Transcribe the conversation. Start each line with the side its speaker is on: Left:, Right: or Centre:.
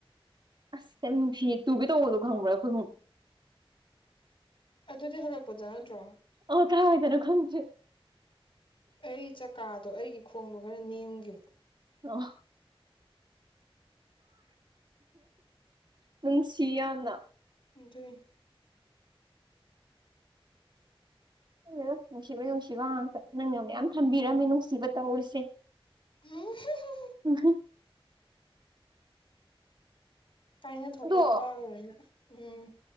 Right: ꯑꯁ ꯌꯥꯝ ꯅꯨꯡꯁꯤꯌꯦ ꯇꯨꯒꯦ ꯇꯧꯕꯗꯣ ꯈꯪꯕ꯭ꯔꯥ ꯈꯨꯅꯨꯡ
Left: ꯑꯗꯨꯗꯤ ꯍꯜꯂꯛꯄꯗ ꯅꯠꯇ꯭ꯔꯣ
Right: ꯑ ꯀꯥꯏꯗꯅꯣ ꯈꯪꯖꯦ
Left: ꯑꯩ ꯆꯀꯥꯗꯣ ꯑꯩꯒꯤ ꯈꯣꯡꯗꯣ ꯈꯔ ꯅꯦꯝꯈꯤꯕꯕ
Right: ꯑ ꯑꯗꯨꯪ ꯆꯌꯥꯅ
Left: ꯑꯗꯨ
Right: ꯑꯗꯨ ꯅꯨꯡꯁꯤꯕ ꯅꯨꯡꯁꯤꯕ ꯉꯥꯛꯇ ꯅꯪꯅ ꯃꯌꯥꯝ ꯊꯝꯕꯤꯔꯝꯃꯦ ꯅꯨꯡꯁꯤꯕ ꯇꯧꯔꯤꯁꯦ
Left: ꯎꯝ
Right: ꯏꯍ
Left: ꯀꯥꯏꯅ ꯊꯣꯛꯀ
Right: ꯑꯗꯣ
Left: ꯅꯨꯄꯥꯥꯣꯏ ꯑꯣꯏꯅ ꯎꯝ